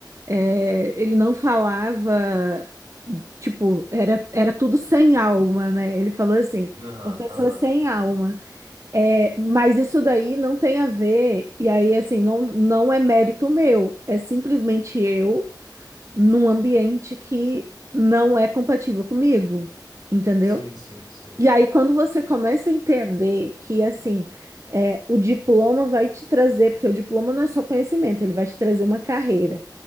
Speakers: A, on the right (about 40°); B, on the right (about 70°).
A: é, ele não falava. Tipo, era, era tudo sem alma, né? Ele falou assim,
B: Aham,
A: uma pessoa
B: aham.
A: sem alma. É, mas isso daí não tem a ver, e aí, assim, não, não é mérito meu, é simplesmente eu num ambiente que não é compatível comigo, entendeu?
B: Sim, sim, sim,
A: E aí, quando você começa a entender que, assim, é, o diploma vai te trazer, porque o diploma não é só conhecimento, ele vai te trazer uma carreira.